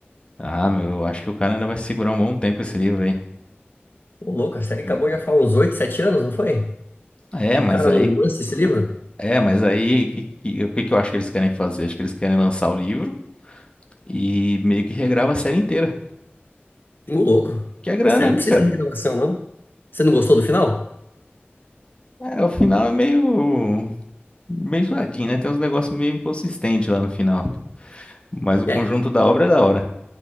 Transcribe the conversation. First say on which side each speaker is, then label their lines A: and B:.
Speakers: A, on the left; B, on the left.
A: Ah, meu, eu acho que o cara ainda vai segurar um bom tempo esse livro aí.
B: Ô, louco, a série
A: E-
B: acabou já faz uns oito, sete anos, não foi?
A: É,
B: E
A: mas
B: o cara
A: aí.
B: não lança esse livro?
A: É, mas aí, que- que- o que, que eu acho que eles querem fazer? Acho que eles querem lançar o livro e meio que regrava a série inteira.
B: Ô, louco.
A: Que é grana,
B: A série não
A: né,
B: precisa
A: cara?
B: de renovação, não. Você não gostou do final?
A: É, o final é meio. meio zoadinho, né? Tem uns negócios meio inconsistentes lá no final. Mas o
B: É,
A: conjunto da obra é da hora.